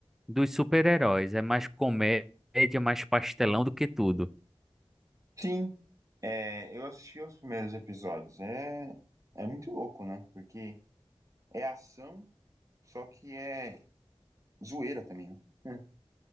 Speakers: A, in the centre; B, on the right.
A: dos super-heróis. É mais comédia, mais pastelão do que tudo.
B: Sim, é, eu assisti os primeiros episódios. É, é muito louco, né? Porque é ação, só que é zoeira também, né? <laughs>